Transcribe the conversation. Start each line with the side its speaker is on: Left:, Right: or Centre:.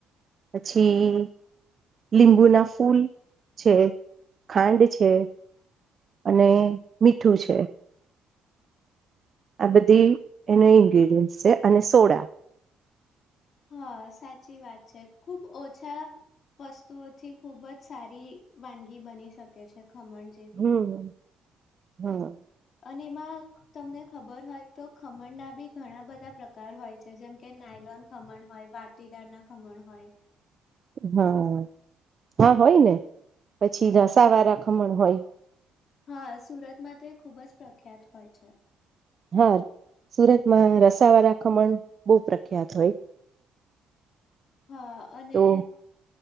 Right: પછી લીંબુ ના ફૂલ છે ખાંડ છે અને મીઠું છે. આ બધી એની ઇન્ગ્રીડિયન્ટસ છે અને સોડા
Left: હા સાચી વાત છે ખુબ ઓછા વસ્તુઓથી ખુબ જ સારી વાનગી બની શકે છે. ખમણ જેવી
Right: હમ <inaudible>
Left: અને એમાં તમને ખબર હોય તો ખમણના બી ઘણા બધા પ્રકાર હોય છે, જેમ કે નાયલોન ખમણ હોય વાતીદાર ના ખમણ હોય
Right: હા હા હોય ને. પછી <unintelligible> <unintelligible> હોય.
Left: હા સુરતમાં તો એ ખુબ જ પ્રખ્યાત હોય છે.
Right: હા સુરતમાં રસા વાળા ખમણ બહુ પ્રખ્યાત હોય.
Left: હા અને
Right: તો